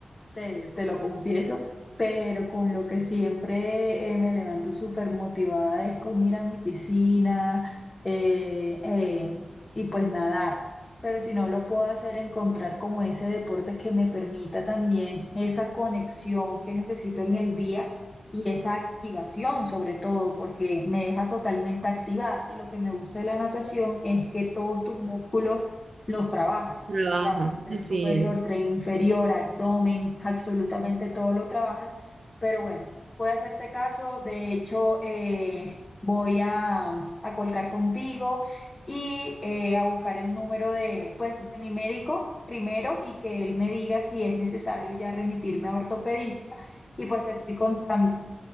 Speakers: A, on the left (about 25°); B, on the right (about 60°).
A: te, te lo confieso, pero con lo que siempre eh, me levanto súper motivada es con ir a mi piscina eh, eh, y pues nadar. Pero si no lo puedo hacer, encontrar como ese deporte que me permita también esa conexión que necesito en el día y esa activación sobre todo, porque me deja totalmente activada. Y lo que me gusta de la natación es que todos tus músculos los trabajas
B: Trabaja,
A: trabajas tren
B: así
A: superior,
B: es.
A: tren inferior, abdomen, absolutamente todo lo trabajas, pero bueno, voy a hacerte caso, de hecho, eh, voy a, a colgar contigo y eh, a buscar el número de, pues, de mi médico primero y que él me diga si es necesario ya remitirme a ortopedista y pues te estoy contando.